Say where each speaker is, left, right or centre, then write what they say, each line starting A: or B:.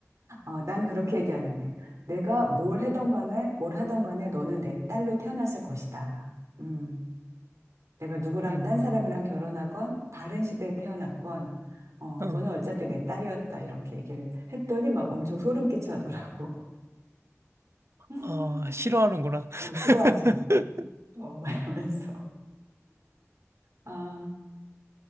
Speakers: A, on the right; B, on the right.
A: 어, 난 그렇게 얘기하는데. 내가 뭘 해던 간에, 뭘 하던 간에 너는 내 딸로 태어났을 것이다. 음. 내가 누구랑
B: 음,
A: 딴 사람이랑 결혼하건, 다른 시대에 태어났건, 어,
B: 어,
A: 너는 어차피 내 딸이었다. 이렇게 얘기를 했더니 막 엄청 소름 끼쳐하더라고. <laughs>
B: 아, 싫어하는구나. <laughs>
A: 어, 싫어하지 마. 어, 막 이러면서. 아,